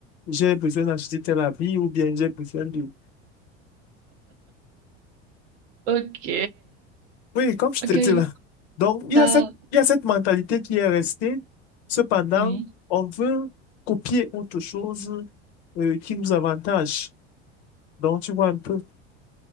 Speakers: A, on the left; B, on the right.
A: J'ai besoin d'acheter tel habit ou bien j'ai besoin de
B: Ok,
A: Oui, comme je
B: Ok,
A: te
B: je
A: dis là.
B: vois
A: Donc, il y
B: ça.
A: a cette, il y a cette mentalité qui est restée. Cependant,
B: Oui.
A: on veut copier autre chose euh, qui nous avantage. Donc, tu vois un peu.